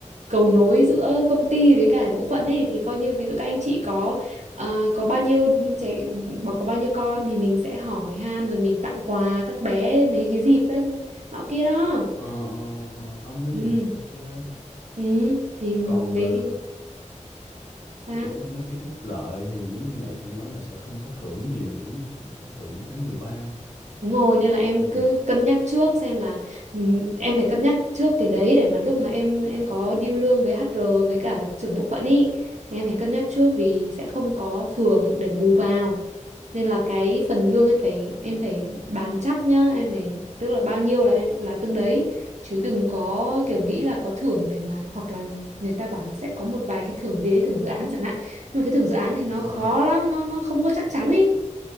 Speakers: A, on the right (about 65°); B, on the left (about 85°).
A: cầu nối giữa công ty với cả bộ phận ấy thì coi như ví dụ các anh chị có Ờ, có bao nhiêu trẻ bảo có bao nhiêu con thì mình sẽ hỏi han rồi mình tặng quà các bé mấy cái dịp đó nọ kia đó
B: ờ, ờ, ờ, ông nói
A: ừ
B: gì thì ok
A: ừ thì mấy
B: còn ờ,
A: cái sao
B: kiểu mấy cái phúc lợi thì giống như nãy chị nói là sẽ không có thưởng nhiều đúng không chỉ có thưởng tháng 13
A: Đúng rồi, nên là em
B: ừ,
A: cứ cân nhắc trước xem là ừ, em phải cân nhắc trước cái đấy để mà lúc mà em em có deal lương với HR với cả trưởng bộ phận ý thì em phải cân nhắc trước vì sẽ không có thưởng để bù vào. Nên là cái phần lương em phải em phải bàn chắc nhá, em phải tức là bao nhiêu là là từng đấy chứ đừng có kiểu nghĩ là có thưởng để mà hoặc là người ta bảo là sẽ có một vài cái thưởng gì đấy thưởng dự án chẳng hạn. Nhưng mà cái thưởng dự án thì nó
B: ừ,
A: khó
B: ừ.
A: lắm, nó nó không có chắc chắn ý